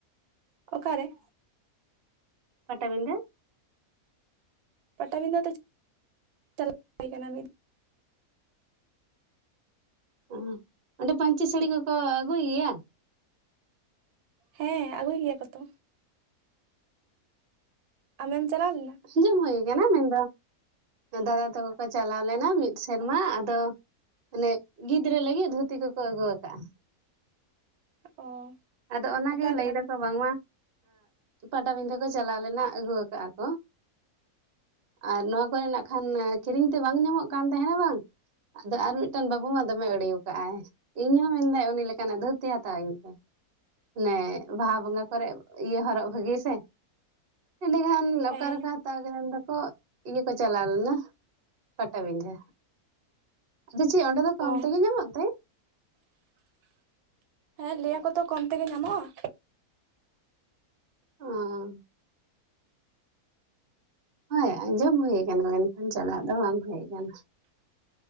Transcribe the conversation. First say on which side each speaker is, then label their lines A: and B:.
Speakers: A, on the right; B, on the right.
A: ᱚᱠᱟᱨᱮ
B: ᱯᱟᱴᱟᱵᱤᱸᱱᱫᱟᱹ
A: ᱯᱟᱴᱟᱵᱤᱸᱫᱟᱹ ᱫᱚ ᱪᱟᱞᱟᱣ <inaudible> ᱠᱟᱱᱟ ᱢᱤᱫ
B: ᱚ ᱚᱸᱰᱮ ᱯᱟᱹᱧᱪᱤ ᱥᱟᱹᱲᱤ ᱠᱚ ᱠᱚ ᱟᱹᱜᱩᱭ ᱜᱮᱭᱟ
A: ᱦᱮᱸ ᱟᱹᱜᱩᱭ ᱜᱮᱭᱟ ᱠᱚᱛᱚ ᱟᱢᱮᱢ ᱪᱟᱞᱟᱣ ᱞᱮᱱᱟ
B: <inaudible> ᱦᱩᱭ ᱠᱟᱱᱟ ᱢᱮᱱᱫᱚ ᱫᱟᱫᱟ ᱛᱟᱠᱚ ᱠᱚ ᱪᱟᱞᱟᱣ ᱞᱮᱱᱟ ᱢᱤᱫ ᱥᱮᱨᱢᱟ ᱟᱫᱚ ᱟᱱᱮ ᱜᱤᱫᱽᱨᱟᱹ ᱞᱟᱹᱜᱤᱫ ᱫᱷᱩᱛᱤ ᱠᱚ ᱠᱚ ᱟᱹᱜᱩ ᱟᱠᱟᱜᱼᱟ
A: ᱚ
B: ᱟᱫᱚ ᱚᱱᱟᱜᱮ
A: ᱦᱟᱛᱟᱣ ᱠᱮᱫᱟ
B: ᱞᱟᱹᱭ ᱫᱟᱠᱚ
A: ᱯᱮ
B: ᱵᱟᱝᱢᱟ ᱮ ᱯᱟᱴᱟᱵᱤᱸᱫᱟᱹ ᱠᱚ ᱪᱟᱞᱟᱣ ᱞᱮᱱᱟ ᱟᱹᱜᱩ ᱠᱟᱜ ᱟᱠᱚ ᱟᱨ ᱱᱚᱣᱟ ᱱᱟᱜ ᱠᱷᱟᱱ ᱠᱤᱨᱤᱧ ᱛᱮ ᱵᱟᱝ ᱧᱟᱢᱚᱜ ᱠᱟᱱ ᱛᱟᱦᱮᱱᱟ ᱵᱟᱝ ᱟᱫᱚ ᱟᱨ ᱢᱤᱫᱴᱟᱝ ᱵᱟᱹᱵᱩ ᱢᱟ ᱫᱚᱢᱮ ᱟᱲᱤ ᱟᱠᱟᱫ ᱟᱭ ᱤᱧ ᱦᱚᱸ ᱢᱮᱱᱫᱟᱭ ᱩᱱᱤ ᱞᱮᱠᱟᱱᱟᱜ ᱫᱷᱩᱛᱤ ᱦᱟᱛᱟᱣᱟᱹᱧ ᱯᱮ ᱚᱱᱮ ᱵᱟᱦᱟ ᱵᱚᱸᱜᱟ ᱠᱚᱨᱮ ᱤᱭᱟᱹ ᱦᱚᱨᱚᱜ ᱵᱷᱟᱹᱜᱤ ᱥᱮ ᱮᱸᱰᱮᱠᱷᱟᱱ ᱚᱠᱟᱨᱮᱠᱚ
A: ᱦᱮᱸ
B: <inaudible> ᱫᱟᱠᱚ ᱤᱭᱟᱹ ᱠᱚ ᱪᱟᱞᱟᱣ ᱞᱮᱱᱟ ᱯᱟᱴᱟᱵᱤᱸᱫᱟᱹ ᱟᱫᱚ ᱪᱮᱫ ᱚᱸᱰᱮ ᱫᱚ ᱠᱚᱢ
A: ᱚ
B: ᱛᱮᱜᱮ ᱧᱟᱢᱚᱜ ᱛᱮ
A: ᱦᱮᱸ ᱞᱟᱹᱭᱟᱠᱚ ᱛᱚ ᱠᱚᱢ ᱛᱮᱜᱮ ᱧᱟᱢᱚᱜᱼᱟ
B: ᱚ ᱦᱳᱭ ᱟᱸᱡᱚᱢ ᱦᱳᱭ ᱟᱠᱟᱱᱟ ᱢᱮᱱᱠᱷᱟᱱ ᱪᱟᱞᱟᱜ ᱫᱚ ᱵᱟᱝ ᱦᱳᱭ ᱟᱠᱟᱱᱟ